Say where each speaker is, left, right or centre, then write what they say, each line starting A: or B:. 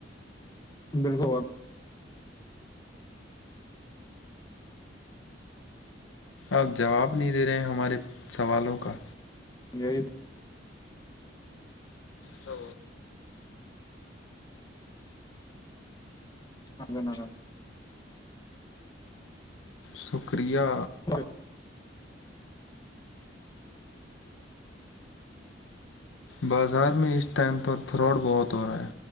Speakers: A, on the left; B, on the left.
A: بالکل
B: آپ جواب نہیں دے رہے ہیں ہمارے سوالوں کا
A: یہی
B: تو
A: الگ نگ
B: شکریہ
A: سب
B: بازار میں اس ٹائم پر فراڈ بہت ہو رہا ہے